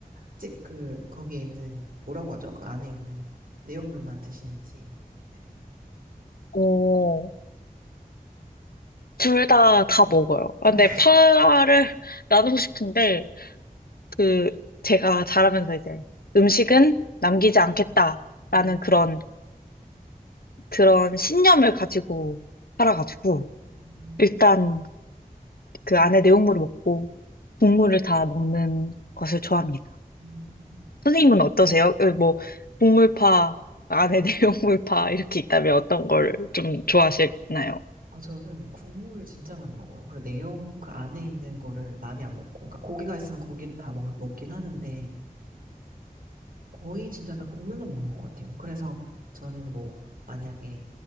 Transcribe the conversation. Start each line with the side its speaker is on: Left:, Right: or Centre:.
Right: 찌, 그, 거기에 있는, 뭐라고 하죠? 그 안에 있는 내용물만 드시는지. 네.
Left: 어, 둘 다, 다 먹어요. 아,
Right: 아,
Left: 근데
Right: 그래요?
Left: 파를 <laughs> 나누고 싶은데, 그, 제가 자라면서 이제 음식은 남기지 않겠다라는
Right: 음,
Left: 그런, 그런 신념을 가지고 살아가지고,
Right: 음,
Left: 일단 그 안에 내용물을 먹고, 국물을 다 먹는 것을 좋아합니다.
Right: 음.
Left: 선생님은 어떠세요? 어, 뭐, 국물파, 안에 <laughs> 내용물파 이렇게 있다면 어떤 걸 좀 좋아하시나요?
Right: 아, 저는 국물을 진짜 많이 먹어요. 그 내용, 그 안에 있는 거를 많이 안 먹고, 그러니까 고기가 있으면 고기는 다 먹, 먹긴 하는데, 거의 진짜 다 국물만 먹는 것 같아요. 그래서 저는 뭐, 만약에